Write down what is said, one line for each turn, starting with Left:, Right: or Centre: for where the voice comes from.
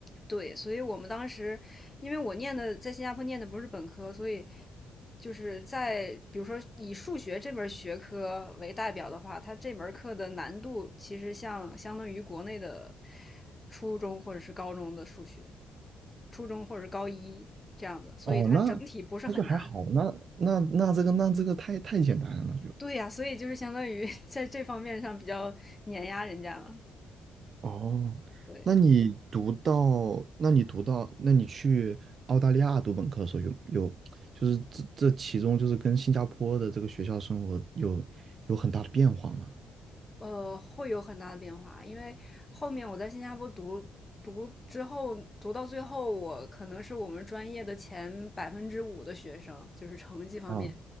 Left: 对，所以我们当时因为我念的在新加坡念的不是本科，所以就是在比如说以数学这门学科为代表的话，它这门课的难度其实像相当于国内的初中或者是高中的数学，初中或者是高一这样的，所以它整体不是很难。
Right: 哦，那那就还好，那那那这个那这个太太简单了，那就。
Left: 对呀、所以就是相当于 <laughs> 在这方面上比较碾压人家嘛。
Right: 哦，
Left: 对，
Right: 那你读到，那你读到，那你去澳大利亚读本科的时候有有，就是这这其中就是跟新加坡的这个学校生活有有很大的变化吗？
Left: 呃，会有很大的变化，因为后面我在新加坡读读之后，读到最后，我可能是我们专业的前百分之五的学生，就是成绩方面。
Right: 啊，